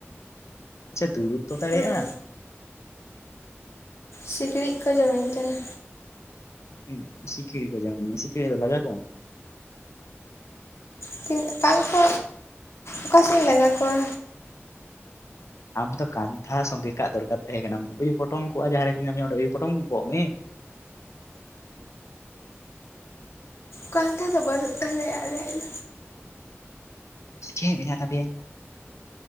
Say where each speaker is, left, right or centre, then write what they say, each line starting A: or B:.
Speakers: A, on the left; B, on the left.
A: ᱟᱪᱪᱷᱟ ᱫᱩᱲᱩᱵ ᱛᱚ ᱫᱟᱲᱮᱭᱟᱜᱼᱟ᱾
B: ᱦᱩᱸ ᱥᱤᱠᱬᱤᱡ ᱠᱚ ᱡᱚᱢᱤᱧ ᱠᱟᱱᱟ᱾
A: ᱦᱮᱸ ᱥᱤᱠᱲᱤᱡ ᱠᱚ ᱡᱚᱢᱮᱜ ᱢᱤᱭᱟ ᱥᱤᱠᱲᱤᱡ ᱫᱚ ᱞᱟᱜᱟ ᱠᱚᱢ᱾
B: <inaudible> ᱚᱠᱟ ᱥᱮᱡ ᱤᱧ ᱞᱟᱜᱟ ᱠᱚᱣᱟ?
A: ᱟᱢ ᱫᱚ ᱠᱟᱱᱛᱷᱟ ᱥᱚᱸᱜᱮ ᱠᱟᱜ ᱫᱚᱨᱠᱟᱨ ᱛᱟᱦᱮᱸ ᱠᱟᱱᱟ, ᱩᱭᱩ ᱯᱚᱴᱚᱢ ᱠᱚᱜᱼᱟ ᱡᱟᱦᱟᱸᱨᱮ ᱢᱮᱱᱟ ᱢᱮᱭᱟ ᱚᱸᱰᱮ ᱩᱭᱩ ᱯᱚᱴᱚᱢ ᱠᱚᱜ ᱢᱮ᱾
B: ᱠᱟᱱᱛᱷᱟ ᱫᱚ ᱵᱟᱹᱱᱩᱜ ᱛᱟᱞᱮᱭᱟ ᱟᱞᱮᱭᱟᱜ ᱫᱚ᱾
A: <inaudible> ᱢᱮᱱᱟᱜ ᱛᱟᱯᱮᱭᱟ᱾